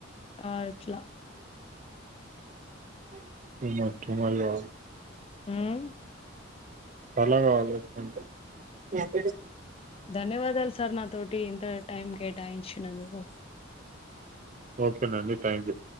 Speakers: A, on the left; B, on the right.
A: ఆ ఇట్లా
B: <unintelligible> <unintelligible>
A: మ్
B: అలాకాదు <unintelligible>
A: ధన్యవాదాలు సార్ నాతోటి ఇంత టైం కేటాయించినందుకు
B: ఓకేనండి థ్యాంక్ యూ